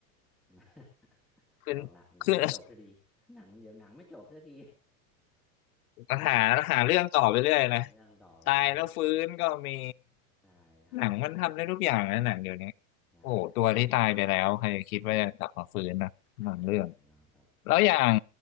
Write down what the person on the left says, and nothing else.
ขึ้นขึ้น
<laughs> หาหาเรื่องต่อไปเรื่อยนะ
ตายแล้วฟื้นก็มี
หนังมันทำได้ทุกอย่างนะหนังเดี๋ยวนี้
โอ้โหตัวที่ตายไปแล้วใครจะคิดว่าจะกลับมาฟื้นนะหนังเรื่อง
แล้วอย่าง